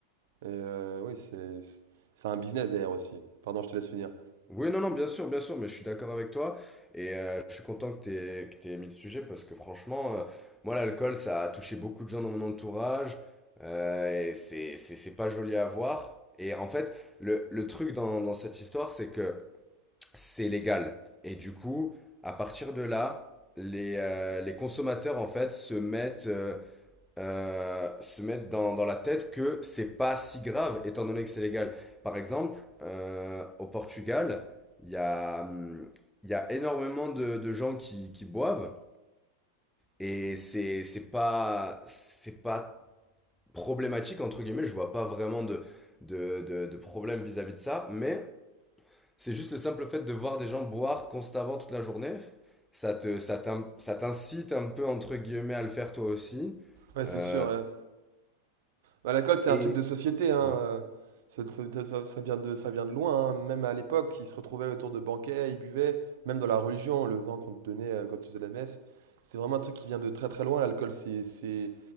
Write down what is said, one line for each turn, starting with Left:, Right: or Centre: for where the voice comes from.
Right: Et euh, oui, c'est, c'est c'est un business derrière aussi. Pardon, je te laisse finir.
Centre: Oui, non, non, bien sûr, bien sûr, mais je suis d'accord avec toi. Et euh, je suis content que t'aies, que t'aies mis le sujet parce que franchement, euh, moi, l'alcool, ça a touché beaucoup de gens dans mon entourage. euh, et c'est, c'est, c'est pas joli à voir. Et en fait, le, le truc dans, dans cette histoire, c'est que c'est légal. Et du coup, à partir de là, les, euh, les consommateurs, en fait, se mettent, euh, euh, se mettre dans, dans la tête que c'est pas si grave étant donné que c'est légal. Par exemple, euh, au Portugal, il y a, hum, il y a énormément de, de gens qui, qui boivent et c'est, c'est pas, c'est pas problématique entre guillemets. Je vois pas vraiment de, de, de, de problème vis-à-vis de ça, mais c'est juste le simple fait de voir des gens boire constamment toute la journée. Ça te, ça t'in- ça t'incite un peu entre guillemets à le faire toi aussi.
Right: Ouais,
Centre: Euh,
Right: c'est sûr. hein. Bah, l'alcool, c'est
Centre: et
Right: un truc de société, hein,
Centre: euh,
Right: heu, ça ça ça ça vient de ça vient de loin, hein. Même à l'époque, ils se retrouvaient autour de banquets, ils buvaient, même dans la religion, le vin qu'on te donnait, heu, quand tu faisais la messe. C'est vraiment un truc qui vient de très, très loin, l'alcool. C'est c'est